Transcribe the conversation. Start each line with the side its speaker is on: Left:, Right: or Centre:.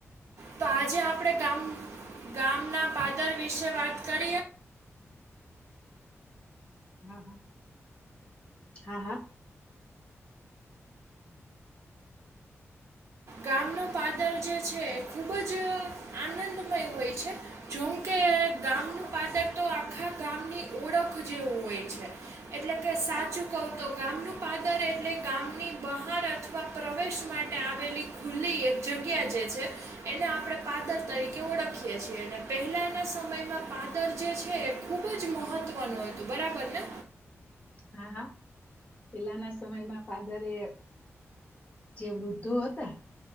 Right: તો આજે આપણેે ગામ ગામના પાદર વિશે વાત કરીએ
Left: હા હા હા હા
Right: ગામનું પાદર જે છે ખુબજ આનંદમય હોય છે જોમકે એ ગામનું પાદર તો આખા ગામની ઓળખ જેવું હોય છે એટલે કે સાચું કવ તો ગામનું પાદર એટલે ગામની બહાર અથવા પ્રવેશ માટે આવેલી ખુલ્લી એક જગ્યા જે છે એને આપણે પાદર તરીકે ઓળખીએ છીએ અને પહેલાના આ સમયમાં પાદર જે છે એ ખૂબજ મહત્વનું હતું બરાબરને
Left: હા પેલાના સમયમાં ફાદરે જે વૃદ્ધો હતા